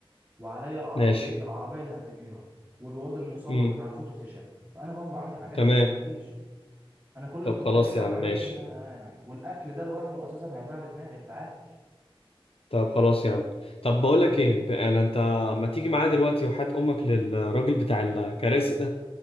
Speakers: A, on the right; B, on the left.
A: وعليا العربيه
B: ماشي
A: العربيه اللي هتنقلهم والواد المصور
B: امم
A: بتاع الفوتو سيشن فانا برضو عندي حاجات
B: تمام
A: مش معنديش انا كل اللي
B: طب
A: كنت
B: خلاص
A: قايل لك
B: يا عم
A: عليه
B: ماشي
A: ان انا يعني والاكل ده لوحده اساسا هيوجع لي دماغي انت عارف
B: طب خلاص يا عم طب بقول لك ايه ب- يعني انت ما تيجي معايا دلوقتي وحات امك للراجل بتاع الكراسي ده